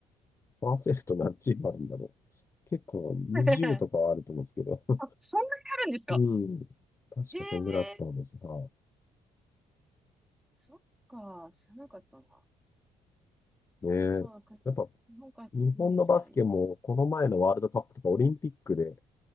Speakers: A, on the left; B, in the centre.
A: パーセルと何チームあるんだろう。結構20とかはあると思うんですけど。
B: た。<laughs>
A: <laughs>
B: あ、そんなにあるんですか
A: うん。確かそんぐらいあったんですが。
B: へえ、そっか、知らなかったな。
A: ねえ。
B: そうだから、
A: やっぱ
B: 日本から見に行きたいな。
A: 日本のバスケもこの前のワールドカップとかオリンピックで